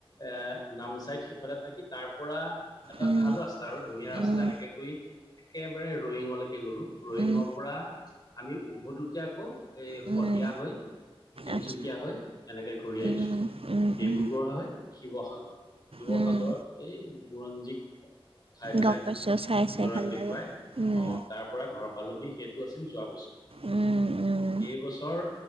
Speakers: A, on the left; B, on the right.
A: এ <unintelligible> নামচাই সিফালে থাকি তাৰ পৰা এটা
B: উম, উম,
A: ভাল ৰাস্তা আৰু ধুনীয়া ৰাস্তা
B: উম,
A: এনেকে কৰি একে <unintelligible> একেবাৰে ৰয়িঙলৈকে গলো ৰয়িঙৰ
B: উম,
A: পৰা <unintelligible> আমি উভতোতে আকৌ এই
B: উম।
A: শদিয়া হৈ <unintelligible> তিনিচুকীয়া
B: আচ্ছা
A: হৈ এনেকে ঘূৰি
B: উম,
A: আহিছো
B: উম,
A: ডিব্ৰুগড়
B: উম,
A: হয় শিৱসাগৰ <unintelligible> শিৱসাগৰত
B: উম,
A: এই বুৰঞ্জীক <unintelligible> ঠাইবিলাক
B: গম পাইছোঁ চাই চাই
A: লৰাক
B: ভাল
A: দেখুৱাই
B: লাগে। উম,
A: আহ তাৰ পৰা ঘৰৰ <unintelligible> পালোহি সেইটো আছিল যোৱা বছৰ
B: উম, উম,
A: এই বছৰ